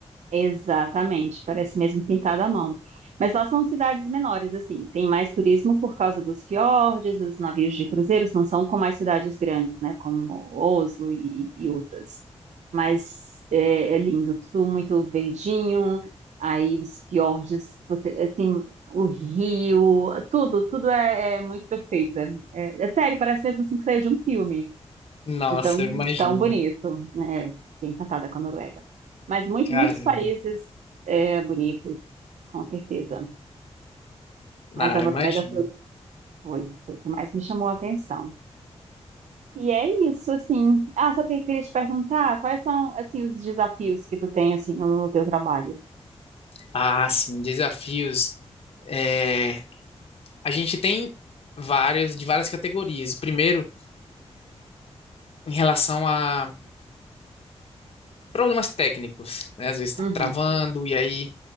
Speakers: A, on the right; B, on the left.
A: Exatamente, parece mesmo pintado à mão. Mas lá são cidades menores, assim, tem mais turismo por causa dos fiordes, dos navios de cruzeiros, não são como as cidades grandes, né, como Oslo e, e outras. Mas é, é lindo, tudo muito verdinho, aí os fiordes, você- assim, o rio, tudo, tudo é, é muito perfeito. É, é- é sério, parece mesmo assim que saiu de um filme
B: Nossa,
A: de tão,
B: eu imagino.
A: tão bonito, né? Fiquei encantada com a Noruega. Mas muito,
B: Caramba.
A: muitos países é, bonitos, com certeza. Mas
B: Ah,
A: a
B: eu
A: Noruega
B: imagino.
A: foi, foi, foi o que mais me chamou a atenção. E é isso, assim. Ah, sabe o que eu queria te perguntar? Quais são, assim, os desafios que tu tem, assim, no teu trabalho?
B: Ah, sim, desafios. É, a gente tem vários, de várias categorias. Primeiro, em relação a problemas técnicos, né? Às vezes está
A: Uhum,
B: travando, e aí